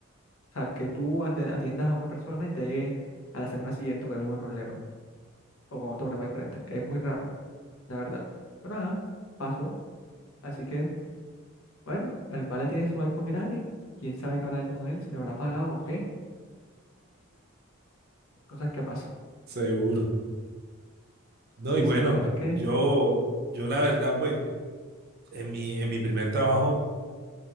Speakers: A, on the left; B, on the right.
A: O sea, que tú ate- atiendas a una persona y te llegue a la semana siguiente con el mismo problema o con otro problema diferente. Es muy raro, la verdad. Bueno, ajá, pasó. Así que, bueno, el Vale tiene su iPhone gratis. ¿Quién sabe qué habrá hecho con él? Si lo habrá pagado o qué. Cosas que pasan.
B: seguro. No,
A: Sí,
B: y bueno,
A: sí, la verdad es que,
B: yo, yo la verdad, pues, en mi, en mi primer trabajo,